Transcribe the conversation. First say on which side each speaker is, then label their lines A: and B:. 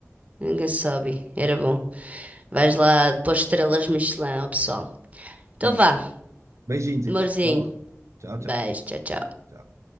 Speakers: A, on the right (about 30°); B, on the right (about 70°).
A: Ninguém sobe. Era bom. Vais lá pôr estrelas Michelin ao pessoal. Então
B: Isso.
A: vá,
B: Beijinhos
A: amorzinho.
B: então. Até logo. Tchau, tchau.
A: Beijo, tchau, tchau.
B: Tchau.